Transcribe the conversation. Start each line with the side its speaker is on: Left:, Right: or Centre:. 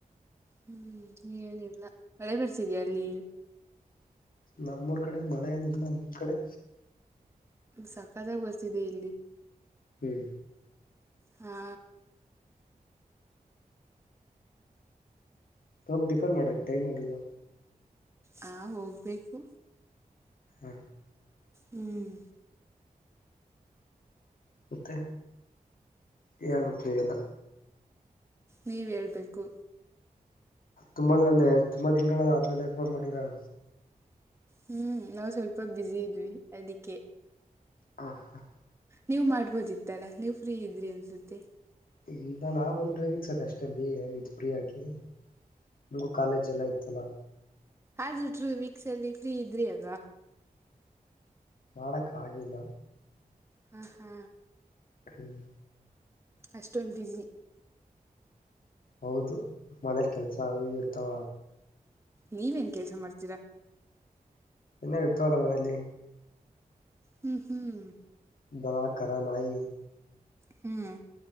Right: ಹ್ಮ್ ಏನ್ ಹೇಳಿ ಮಳೆ ಬರ್ಸಿದ್ಯಾ ಅಲ್ಲಿ
Left: ನಮ್ಮೂರ್ ಕಡೆ ಮಳೆ ಏನಿಲ್ಲ ನಿಮ್ ಕಡೆ
Right: ಸಕತ್ ಆಗಿ ಬರ್ತಿದೆ ಇಲ್ಲಿ
Left: ಹ್ಮ್
Right: ಹಾ
Left: ತಮ್ ಟಿಫನ್ ಮಾಡಕ ಟೈಮ್ ಆಗಿಲ್ವ
Right: ಹಾ ಹೋಗ್ಬೇಕು
Left: ಹ್ಮ
Right: ಹ್ಮ್
Left: ಮತ್ತೆ ಹೇಳಬೇಕು ನೀವೆಲ್ಲ
Right: ನೀವ್ ಹೇಳಬೇಕು
Left: ತುಂಬಾ ಅಂದೆ ತುಂಬಾ ದಿನನ್ಗಳ ಆದ್ಮೇಲೆ ಫೋನ್ ಮಾಡಿರ
Right: ಹ್ಮ್ ನಾವು ಸ್ವಲ್ಪ ಬ್ಯುಸಿ ಇದ್ವಿ ಅದಿಕ್ಕೆ
Left: ಹ ಹಾ
Right: ನೀವ್ ಮಾಡ್ಬೋದಿತ್ತಲ್ಲಾ ನೀವ್ ಫ್ರೀ ಇದ್ರಿ ಅನ್ಸುತ್ತೆ
Left: ಇಲ್ಲ ನಾ ಒಂದ್ ಟು ವೀಕ್ಸ್ ಬಿ ಅಷ್ಟೇ ಫ್ರೀ ಆಕಿ ನಮಗೂ ಕಾಲೇಜ್ ಎಲ್ಲಾ ಇತ್ತಲ್ಲ
Right: ಅದು ಟ್ರೂ ವೀಕ್ಸ್ ಅಲ್ಲಿ ಫ್ರೀ ಇದ್ರಿ ಅಲ್ವಾ
Left: ಮಾಡಕ್ ಆಗಿಲ್ಲ
Right: ಹಾ ಹಾ
Left: ಹ್ಮ್
Right: ಅಷ್ಟೊಂದು ಬಿಜಿ
Left: ಹೌದು ಮನೆಯಲ್ಲಿ ಕೆಲಸ ಅವು ಇವು ಇರ್ತಾವ
Right: ನೀವೇನ್ ಕೆಲ್ಸ ಮಾಡ್ತೀರಾ
Left: ಎನ್ನ ಕಡ್ತವಲ್ಲ ಮನೇಲಿ
Right: ಹ್ಮ್ ಹ್ಮ್
Left: ದನ ಕರ ನಾಯಿ
Right: ಹ್ಮ್